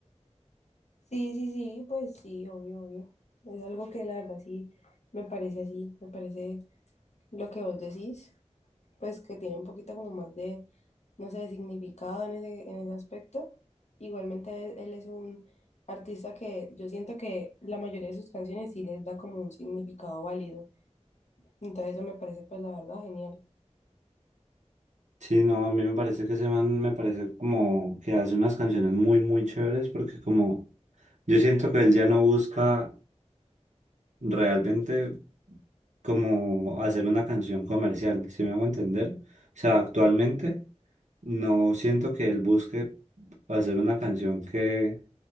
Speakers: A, on the left; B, on the right.
A: Sí, sí, sí, pues sí, obvio, obvio. Es algo que la verdad sí me parece así, me parece lo que vos decís. pues que tiene un poquito como más de, no sé, de significado en ese, en ese aspecto. Igualmente él es un artista que yo siento que la mayoría de sus canciones sí les da como un significado válido. Entonces eso me parece pues la verdad genial.
B: Sí, no, a mí me parece que ese man me parece como que hace unas canciones muy, muy chéveres porque como yo siento que él ya no busca realmente como hacer una canción comercial, si me hago entender? O sea, actualmente no siento que él busque hacer una canción que